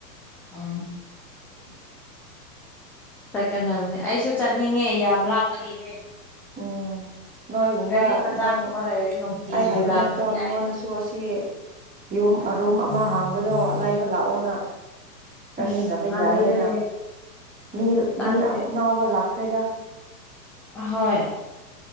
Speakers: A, in the centre; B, on the right (about 15°).
A: ꯎꯝ
B: <unintelligible>
A: ꯆꯠꯀꯗꯕꯅꯦ ꯑꯩꯁꯨ ꯆꯠꯅꯤꯡꯉꯦ ꯌꯥꯝ ꯂꯥꯞꯄꯒꯤꯅꯦ
B: ꯎꯝ ꯅꯣꯏꯒꯨꯝꯕ
A: ꯒꯥꯔꯤ ꯃꯆꯥꯒꯨꯝꯕ
B: ꯅꯪ
A: ꯂꯩꯔꯗꯤ ꯅꯨꯡꯇꯤꯒꯤ
B: ꯑꯩ ꯍꯥꯏꯕ
A: ꯂꯥꯛꯀꯅꯤ
B: ꯅꯠꯇ꯭ꯔꯣ ꯅꯪꯉꯣꯟꯗꯁꯨ
A: ꯑꯩ
B: ꯇꯣ ꯑꯁꯤ ꯌꯨꯝ ꯔꯨꯝ ꯑꯃ ꯍꯥꯡꯕꯗꯣ ꯂꯥꯏꯕ ꯂꯥꯛꯑꯣꯅ ꯆꯠꯃꯤꯟꯅꯕ
A: ꯑꯁ ꯇꯜꯂꯦ
B: ꯌꯥꯏꯌꯦꯅ ꯃꯤ
A: ꯇꯜꯂꯦ
B: ꯃꯤ ꯑꯅꯥꯎꯕ ꯂꯥꯛꯈ꯭ꯔꯦꯗ
A: ꯑꯍꯣꯏ